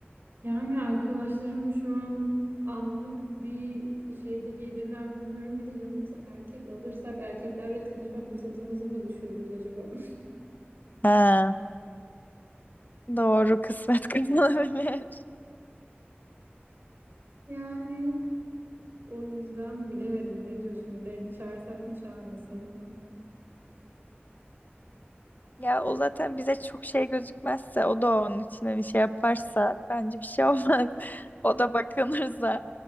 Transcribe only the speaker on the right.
Yani arkadaşlarım şu an anlık bir şeyde gelirler mi bilmiyorum. Bir de yanımıza erkek alırsak erkeklerle tanışma fırsatımızı mı düşürürüz acaba? <laughs>
Yani o yüzden bilemedim. Ne diyorsun? Birilerini çağırsak mı, çağırmasak mı?